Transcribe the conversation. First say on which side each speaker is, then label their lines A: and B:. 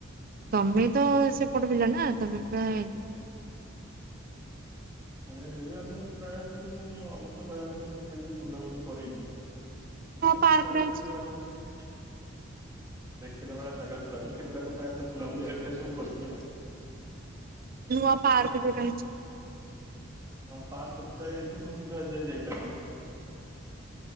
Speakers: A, on the right; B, on the right.
A: ତମେ ତ ସେପଟ ପିଲା ନା ତମେ ଏଞ୍ଜୟ୍ କରୁଥିବା ଆଉ।
B: ହେଲେ ବି ଆମେ ପ୍ରାୟ ହେଲେ ମୁଁ ଅବଶ୍ୟ କହିବାକୁ ଗଲେ ସେତେ ବି ବୁଲାବୁଲି କରିନି। ଏନ୍ତ
A: ନୂଆ ପାର୍କ
B: ପଞ୍ଚାୟତ।
A: ଟା ହେଇଛି
B: <unintelligible> ଦେଖିଲାେଳି ଜାଗା ଯୁଡାକ ସେଗୁଡାକ ପା ଏତ ବୁଲା ବୁ ଏବେ ସବୁ। କରିଛୁ
A: ନୁଆ ପାର୍କ ଯୋଉଟା ହେଇଛି।
B: ହଁ। ପାର୍କ ଥିଲା ତ ମୁଁ କିନ୍ତୁ ଆଜି ଯାଇପାରୁିନି।